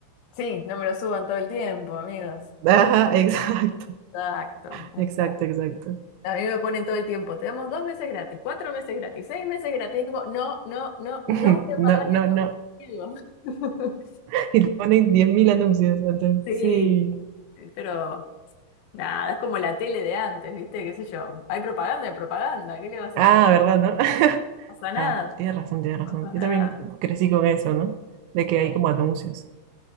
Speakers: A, on the left; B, on the right.
A: Sí, no me lo suban todo el tiempo, amigos.
B: Ajá, exacto,
A: Exacto,
B: <laughs>
A: exacto.
B: exacto, exacto.
A: A mí me ponen todo el tiempo. Te damos dos meses gratis, cuatro meses gratis, seis meses gratis. Es como, no, no, no, no
B: <laughs>
A: voy a
B: No,
A: pagar
B: no,
A: YouTube.
B: no.
A: Digo. <laughs>
B: <laughs> Y te ponen 10.000 anuncios antes,
A: Sí,
B: sí.
A: sí, pero Nada, es como la tele de antes, ¿viste? ¿Qué sé yo? Hay propaganda, hay propaganda, ¿qué le vas
B: Ah,
A: a hacer? No
B: ¿verdad, no? <laughs>
A: pasa nada,
B: Ah, tienes
A: no
B: razón, tienes razón.
A: pasa
B: Yo
A: nada.
B: también crecí con eso, ¿no? De que
A: Sí,
B: hay como anuncios.